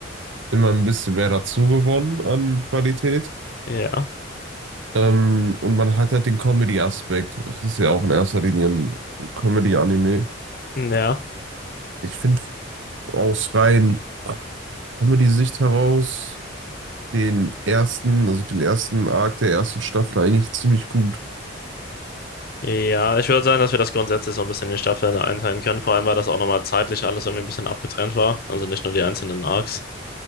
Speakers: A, on the right; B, on the left.
A: immer ein bisschen mehr dazu gewonnen an Qualität.
B: Ja,
A: Ähm, und man hat halt den Comedy-Aspekt. Das ist ja auch in erster Linie ein Comedy-Anime.
B: ja,
A: Ich finde aus rein Comedy-Sicht heraus den ersten, also den ersten Arc der ersten Staffel eigentlich ziemlich gut.
B: ja. Ich würde sagen, dass wir das grundsätzlich so ein bisschen in Staffeln einteilen können. Vor allem, weil das auch nochmal zeitlich alles irgendwie ein bisschen abgetrennt war. Also nicht nur die einzelnen Arcs.